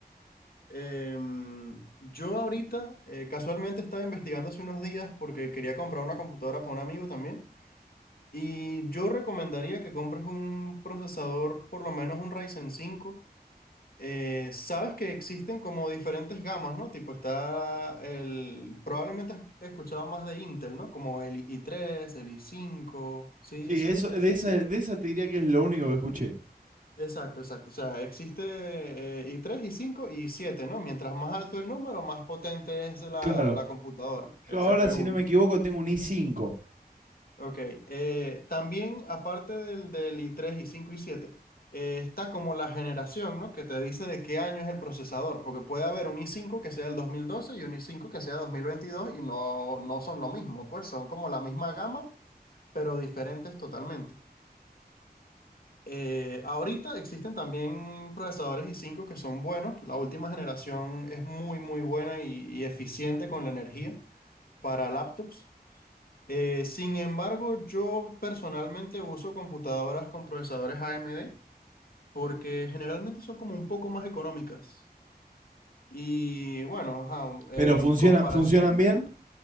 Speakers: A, on the left; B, on the right.
A: Em, yo ahorita eh, casualmente estaba investigando hace unos días porque quería comprar una computadora para un amigo también y yo recomendaría que compres un procesador, por lo menos un Ryzen cinco. Eh, sabes que existen como diferentes gamas, ¿no? Tipo, está el... Probablemente has escuchado más de Intel, ¿no? Como el i3, el i5, sí,
B: Sí,
A: sí
B: eso,
A: ubicas.
B: de esa, de esa te diría que es lo único que escuché.
A: Exacto, exacto. O sea, existe eh, i3, i5 y i7, ¿no? Mientras más alto el número, más potente es la,
B: Claro.
A: la computadora, el
B: Yo ahora,
A: CPU,
B: si no
A: ¿no?
B: me equivoco, tengo un i5.
A: Ok, eh, también aparte del, del i tres i cinco i siete eh, está como la generación, ¿no? Que te dice de qué año es el procesador, porque puede haber un i cinco que sea el 2012 y un i cinco que sea 2022 y no, no son lo mismo, pues son como la misma gama, pero diferentes totalmente. Eh, ahorita existen también procesadores i cinco que son buenos, la última generación es muy, muy buena y y eficiente con la energía para laptops. Eh, sin embargo, yo personalmente uso computadoras con procesadores AMD porque generalmente son como un poco más económicas. Y bueno, ajá,
B: Pero
A: en
B: funciona,
A: comparación,
B: ¿funcionan bien?